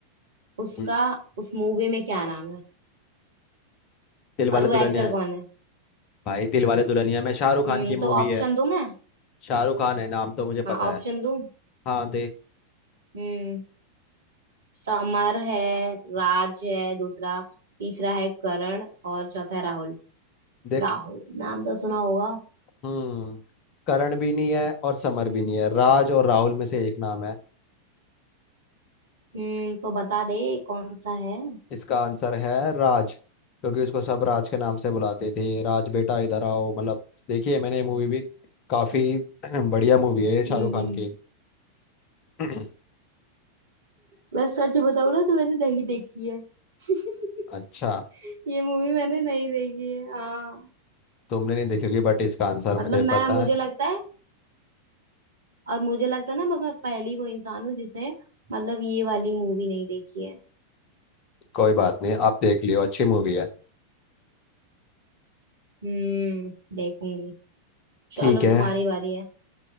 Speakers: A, on the right; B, on the left.
A: उसका
B: हम्म,
A: उस मूवी में क्या नाम है
B: दिल
A: और
B: वाले
A: वो
B: दुल्हनिया
A: एक्टर कौन है
B: भाई दिलवाले दुल्हनिया में शाहरुख खान
A: हम्म
B: की
A: तो
B: मूवी
A: ऑप्शन
B: है
A: दूं मैं
B: शाहरुख खान है नाम तो मुझे पता
A: ऑप्शन
B: है
A: दूं
B: हाँ देख
A: हम्म समर है राज है दूसरा तीसरा है करण और चौथा है राहुल
B: देख
A: राहुल नाम तो सुना होगा
B: हम्म करण भी नहीं है और समर
A: हम्म
B: भी नहीं है राज और राहुल में से एक नाम है
A: हम्म तो बता दे कौन सा है
B: इसका आंसर है राज क्योंकि उसको सब राज के नाम से बुलाते थे राज बेटा इधर आओ मतलब देखिए मैंने ये मूवी भी काफी <clears throat> बढ़िया मूवी है शाहरुख
A: हम्म
B: खान की <clears throat>
A: मैं सच बताऊं ना तो मैंने नहीं देखी है <laughs>
B: अच्छा
A: ये मूवी मैंने नहीं देखी है हाँ
B: तुमने नहीं देखी होगी बट इसका आंसर
A: मतलब
B: मुझे
A: मैं
B: पता
A: मुझे
B: है
A: लगता है और मुझे लगता है ना मैं मैं पहली वो इंसान हूँ जिसने मतलब ये वाली मूवी नहीं देखी है
B: कोई बात नहीं आप देख लियो अच्छी मूवी है
A: हम्म देखूंगी
B: ठीक
A: चलो
B: है
A: तुम्हारी बारी है